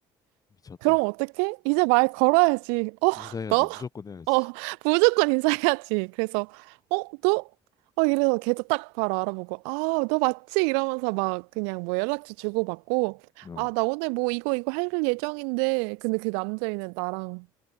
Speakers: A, on the left (about 30°); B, on the right (about 80°).
A: 미쳤다.
B: 그럼 어떡해? 이제 말 걸어야지. 어,
A: 인사해야지.
B: 너?
A: 무조건 해야지.
B: 어, 무조건 인사해야지. 그래서, 어, 너? 어, 이래서 걔도 딱 바로 알아보고, 아, 너 맞지? 이러면서 막 그냥 뭐 연락처 주고받고,
A: 어,
B: 아, 나 오늘 뭐 이거, 이거 할 예정인데. 근데 그 남자애는 나랑